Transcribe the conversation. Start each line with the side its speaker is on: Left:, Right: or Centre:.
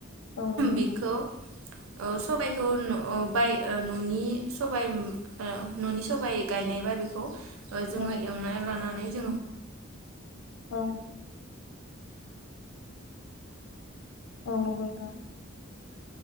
Left: औ नंगौ नोंथां
Right: बेखौ औ सबाइखौ न' बाय न'नि सबाय ओ न'नि सबाइ सबाइ गायनायबा बेखौ ओ जोङो
Left: औ
Right: एवनानै लानानै <inaudible> <inaudible>
Left: औ औ नंगौ नोंथां